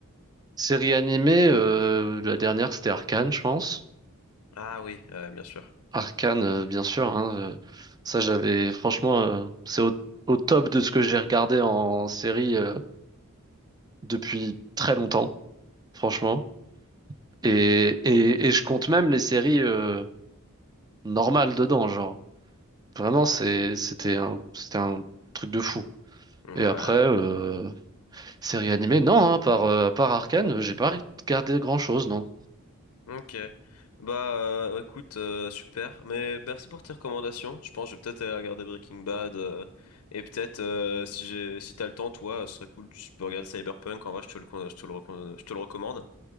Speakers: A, on the right; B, on the left.
A: Série animée, euh, la dernière c'était Arcane, je pense.
B: Ah oui, euh, bien sûr.
A: Arcane, euh, bien sûr. hein, euh, ça, j'avais franchement, euh, c'est au, au top de ce que j'ai regardé en série euh, depuis très longtemps, franchement. Et, et, et je compte même les séries. euh, normal dedans, genre. Vraiment, c'est, c'était un, c'était un truc de fou.
B: Mmh,
A: Et
B: Ouais.
A: après, euh, série animée, non, hein, par, euh, à part Arcane, j'ai pas regardé grand-chose, non.
B: Ok. Bah euh, écoute, euh, super. Mais merci pour tes recommandations. Je pense que je vais peut-être aller regarder Breaking Bad. euh, et peut-être euh, si j'ai si t'as le temps, toi, ce serait cool. Tu peux regarder Cyberpunk. En vrai, je te le con- je te le, recom- je te le recommande.